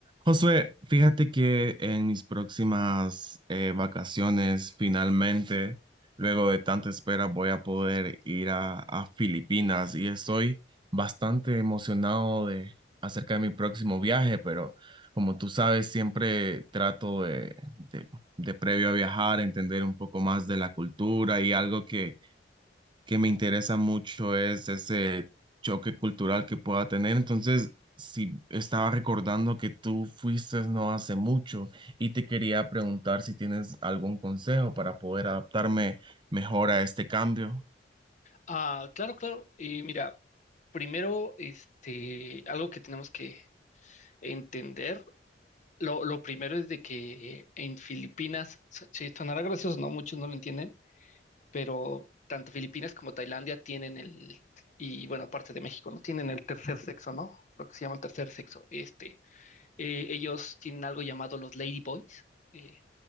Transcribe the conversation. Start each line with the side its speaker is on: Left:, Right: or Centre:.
Right: Josué, fíjate que en mis próximas eh, vacaciones, finalmente, luego de tanta espera, voy a poder ir a, a Filipinas y estoy bastante emocionado de acerca de mi próximo viaje, pero como tú sabes, siempre trato de, de, de previo a viajar, entender un poco más de la cultura y algo que que me interesa mucho es ese choque cultural que pueda tener. Entonces, si estaba recordando que tú fuiste no hace mucho y te quería preguntar si tienes algún consejo para poder adaptarme mejor a este cambio.
Left: Ah, claro, claro. Y mira, primero, este, algo que tenemos que entender, lo, lo primero es de que en Filipinas, so- sí, sonará gracioso, ¿no? Muchos no lo entienden, pero tanto Filipinas como Tailandia tienen el, y bueno, aparte de México, ¿no? Tienen el tercer sexo, ¿no? Lo que se llama el tercer sexo. Este, eh, ellos tienen algo llamado los ladyboys. Eh,